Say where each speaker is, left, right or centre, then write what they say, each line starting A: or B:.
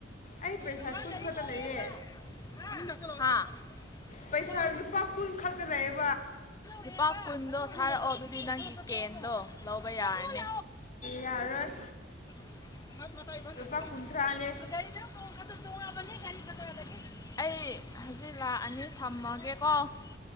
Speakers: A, on the left; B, on the left.
A: ꯑꯩ ꯄꯩꯁꯥ
B: ꯃꯃꯥ
A: ꯀꯨꯟ
B: ꯒꯥꯔꯤ
A: ꯈꯛꯇ
B: ꯊꯣꯡꯉꯦꯕ
A: ꯂꯩꯌꯦ
B: ꯍꯥ
A: ꯄꯩꯁꯥꯨ
B: ꯂꯥꯛꯑꯣ
A: ꯄꯥ ꯀꯨ ꯈꯛꯒ ꯂꯑ
B: ꯂꯨꯄꯥ ꯀꯨꯟꯗꯣ ꯊꯥꯔꯛꯑꯣ ꯑꯗꯨꯗꯤ ꯅꯪꯒꯤ ꯀꯦꯟꯗꯣ ꯂꯧꯕ ꯌꯥꯔꯅꯤ
A: ꯌꯥꯔꯣꯏ
B: ꯩꯗ
A: ꯂꯨꯄꯥ
B: ꯇꯣ
A: ꯀꯨꯟꯊ꯭ꯔꯥꯅꯦ
B: ꯇꯣꯕꯅꯤ ꯑꯩ ꯍꯧꯖꯤꯛ ꯂꯥꯛꯑꯅꯤ ꯊꯝꯃꯒꯦꯀꯣ